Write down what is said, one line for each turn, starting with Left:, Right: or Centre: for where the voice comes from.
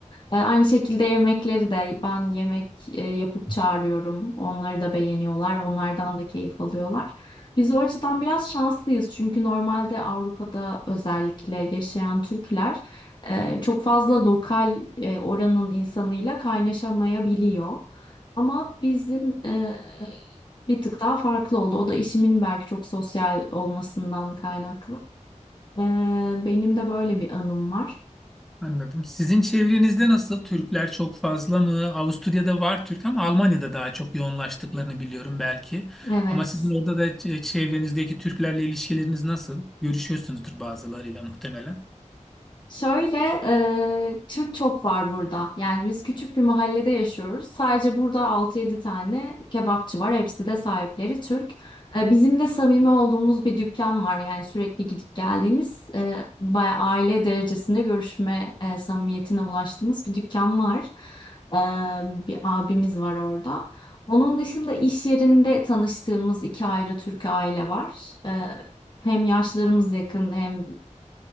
Left: E, aynı şekilde yemekleri de ben yemek e, yapıp çağırıyorum. Onları da beğeniyorlar. Onlardan da keyif alıyorlar. Biz o açıdan biraz şanslıyız çünkü normalde Avrupa'da özellikle yaşayan Türkler e, çok fazla lokal e, oranın insanıyla kaynaşamayabiliyor. Ama bizim e, bir tık daha farklı oldu. O da işimin belki çok sosyal olmasından kaynaklı. E, benim de böyle bir anım var.
Centre: Anladım. Sizin çevrenizde nasıl? Türkler çok fazla mı? Avusturya'da var Türk ama Almanya'da daha çok yoğunlaştıklarını biliyorum belki.
Left: Evet.
Centre: Ama sizin orada da ç- çevrenizdeki Türklerle ilişkileriniz nasıl? Görüşüyorsunuzdur bazılarıyla muhtemelen.
Left: Şöyle, e, Türk çok var burada. Yani biz küçük bir mahallede yaşıyoruz. Sadece burada altı yedi tane kebapçı var. Hepsi de sahipleri Türk. E, bizim de samimi olduğumuz bir dükkan var. Yani sürekli gidip geldiğimiz, e, bayağı aile derecesinde görüşme e, samimiyetine ulaştığımız bir dükkan var. E, bir abimiz var orada. Onun dışında iş yerinde tanıştığımız iki ayrı Türk aile var. E, hem yaşlarımız yakın hem